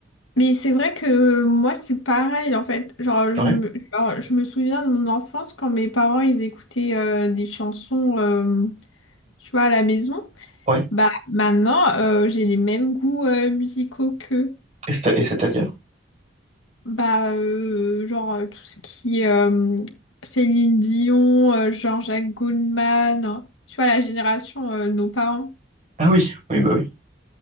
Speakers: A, on the left; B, on the right.
A: Mais c'est vrai que moi c'est pareil en fait. Genre je
B: Ouais,
A: me, genre, je me souviens de mon enfance quand mes parents ils écoutaient euh, des chansons euh, tu vois à la maison.
B: ouais.
A: Bah maintenant euh, j'ai les mêmes goûts euh, musicaux qu'eux.
B: Et c'est- et c'est-à-dire?
A: Bah, euh, genre euh, tout ce qui est euh, Céline Dion, euh, Jean-Jacques Goldman, tu vois, la génération, euh, de nos parents.
B: Ah oui, oui, bah oui.